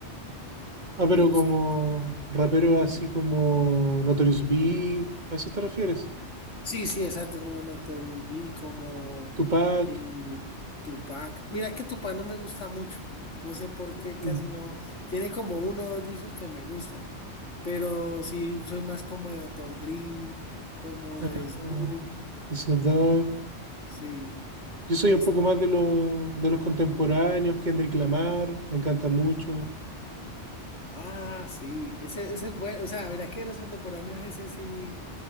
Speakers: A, on the right; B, on the left.
A: Ah, pero
B: Me gusta.
A: como raperos así como Notorious Big, ¿a eso te refieres?
B: Sí, sí, exacto, como Notorious B, I G, como
A: Tupac,
B: eh, Tupac. Mira que Tupac no me gusta mucho. No sé por qué, casi
A: mm,
B: no. Tiene como uno o dos discos que me gustan. Pero sí, soy más como de Dr. Dre, como
A: ah,
B: de Snoop.
A: Snoop Dogg.
B: Sí.
A: Yo soy
B: Este,
A: un poco más de, los de los contemporáneos, Kendrick Lamar, me encanta mucho.
B: ah, sí. Ese, ese es bueno. O sea, mira que de los contemporáneos, ese sí.